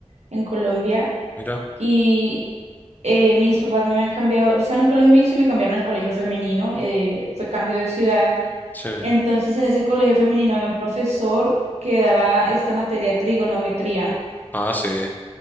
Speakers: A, on the right; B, on the left.
A: en Colombia
B: mira,
A: y eh, mis papás me habían cambiado, yo estaba en un colegio mixto y me cambiaron al colegio femenino, eh, fue cambio de ciudad,
B: sí.
A: entonces en ese colegio femenino había un profesor que daba esta materia de trigonometría.
B: Ah, sí.